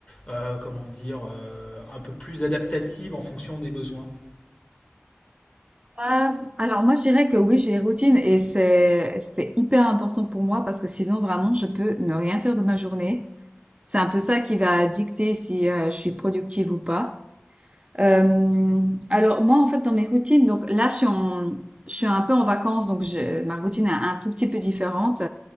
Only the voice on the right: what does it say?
Euh, alors moi je dirais que oui j'ai des routines et c'est c'est hyper important pour moi parce que sinon vraiment je peux ne rien faire de ma journée. C'est un peu ça qui va dicter si euh, je suis productive ou pas. Euh, alors moi en fait dans mes routines donc là je suis en- je suis un peu en vacances donc je- ma routine est un tout petit peu différente